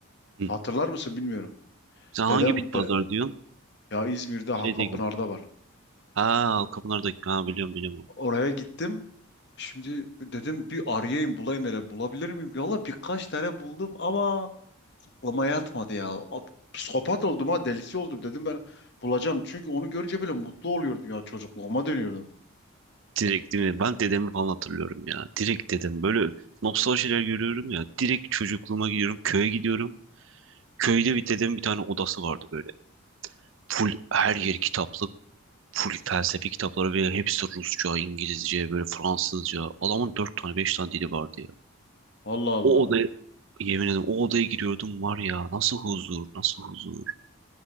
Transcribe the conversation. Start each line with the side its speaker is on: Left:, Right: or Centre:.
Right: Hı.
Left: Hatırlar mısın bilmiyorum.
Right: Sen hangi
Left: Dedem
Right: bit pazar
Left: de
Right: diyorsun?
Left: ya İzmir'de Halkapınar'da
Right: Şey değil.
Left: var.
Right: Ha Kapınar'daki. Ha biliyorum biliyorum.
Left: Oraya gittim. Şimdi dedim bir arayayım bulayım hele bulabilir miyim? Valla birkaç tane buldum ama aklıma yatmadı ya. Ab- Psikopat oldum ha delisi oldum dedim ben bulacağım. Çünkü onu görünce böyle mutlu oluyordum ya çocukluğuma dönüyordum.
Right: Direkt değil mi? Ben dedemi falan hatırlıyorum ya. Direkt dedem. Böyle nostaljiler görüyorum ya. Direkt çocukluğuma gidiyorum. Köye gidiyorum. Köyde bir dedemin bir tane odası vardı böyle. Full her yeri kitaplık. Full felsefi kitapları ve hepsi Rusça, İngilizce, böyle Fransızca. Adamın dört tane, beş tane dili vardı ya.
Left: Allah Allah.
Right: O odaya, yemin ederim o odaya giriyordum var ya. Nasıl huzur, nasıl huzur.